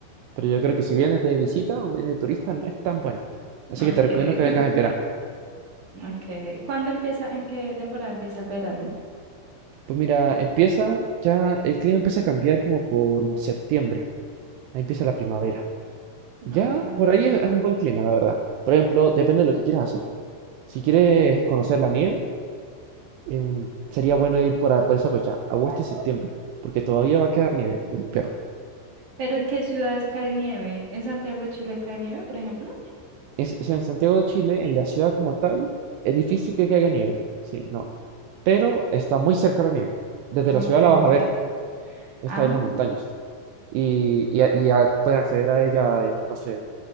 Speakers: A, on the right; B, on the right.
A: Pero yo creo que si vienes de visita o vienes de turista no es tan bueno. Así
B: Ok.
A: que te recomiendo que vengas en verano.
B: Okay. ¿Cuándo empieza, en qué temporada empieza el verano?
A: Pues mira, empieza ya, el clima empieza a cambiar como por septiembre. Ahí empieza la primavera. Ya
B: Okay.
A: por ahí es, es un buen clima, la verdad. Por ejemplo, depende de lo que quieras hacer. Si quieres conocer la nieve, em, sería bueno ir por, a- por esa fecha, agosto, septiembre, porque todavía va a quedar nieve del invierno.
B: ¿Pero en qué ciudades cae nieve? ¿En Santiago de Chile cae nieve, por ejemplo?
A: Es- o sea, en Santiago de Chile, en la ciudad como tal, es difícil que caiga nieve. Sí, no. Pero está muy cerca la nieve. Desde
B: Okay.
A: la ciudad la vas a ver. esta
B: Ah,
A: en las montañas. Y, y, a- y a- puedes acceder a ella en, no sé,